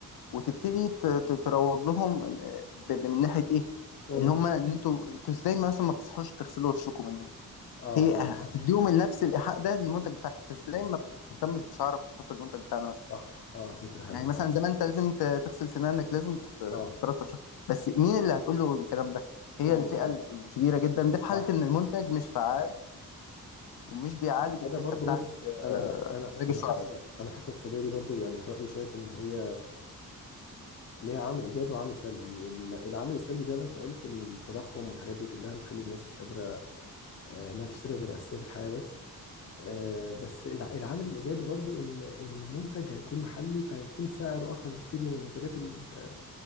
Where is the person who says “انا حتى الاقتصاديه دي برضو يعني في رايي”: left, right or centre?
Left